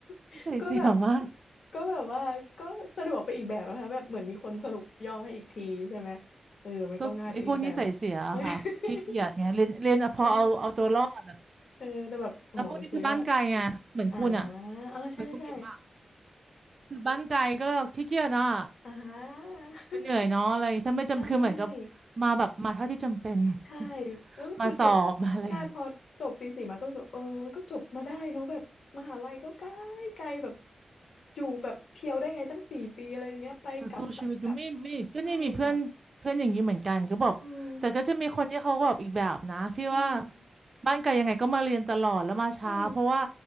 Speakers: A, on the left; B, on the right.
A: <laughs>
B: นิสัยเสียมาก
A: ก็แบบก็แบบว่าก็สะดวกไปอีกแบบนะคะแบบเหมือนมีคนสรุปย่อให้อีกทีใช่ไหมเออมันก็ง่ายไปอีกแบบ
B: ก็ไอ้พวกนิสัยเสียอะค่ะขี้เกียจเนี่ยเรียนเรียนเอาพอเอาเอาตัวรอด
A: <laughs> เออเออแต่แบบโอ้โหสุดยอด
B: แล้วพวกนี้คือบ้านไกลไงเหมือนคุณอ่ะ
A: อ่าอ๋อใช่ใช่
B: เหมือนคุณเบ่มอ่ะคือบ้านไกลก็เลยแบบขี้เกียจอ่ะ
A: อ่า <laughs>
B: มันเหนื่อยเนาะอะไรถ้าไม่จำคือเหมือนกับ
A: ใช่
B: มาแบบมาเท่าที่จำเป็น <laughs>
A: ใช่แล้วก็คือจบ
B: มาสอบมาอะไร
A: ได้พอจบปีสี่มาก็รู้สึกเออก็จบมาได้เนอะแบบมหาลัยก็ไกลไกลแบบอยู่แบบเที่ยวได้ไงตั้งสี่ปีอะไรอย่างเงี้ยไปกลับไปกลับ
B: เออสู้ชีวิตอยู่ไม่ไม่ก็นี่มีเพื่อนเพื่อนอย่างนี้เหมือนกันก็บอกแต่ก็จะมีคนที่เขาก็แบบอีกแบบนะที่ว่า
A: ใช่ค่ะอืมอืม
B: บ้านไกลยังไงก็มาเรียนตลอดแล้วมาช้าเพราะว่า
A: อืม <laughs>